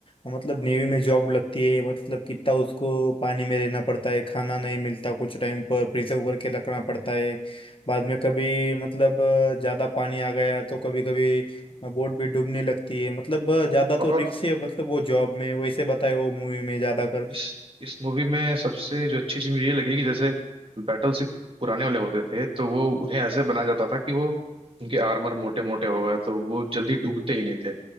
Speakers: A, on the left (about 45°); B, on the right (about 45°).
A: मतलब नेवी में जॉब लगती है मतलब कितना उसको पानी में रहना पड़ता है खाना नहीं मिलता कुछ टाइम पर प्रिजर्व करके रखना पड़ता है बाद में कभी मतलब अ, ज्यादा पानी आ गया तो कभी कभी बोट भी डूबने लगती है मतलब अ, ज्यादा तो
B: और
A: रिक्स है मतलब वो जॉब में
B: और
A: वैसे बताए वो मूवी में ज्यादा कर
B: इस इस मूवी में सबसे जो अच्छी चीज मुझे ये लगी कि जैसे बैटल सिप पुराने वाले होते थे तो वो उन्हें ऐसे बनाया जाता था कि वो उनके आर्मर मोटे मोटे हो गए तो वो जल्दी डूबते ही नहीं थे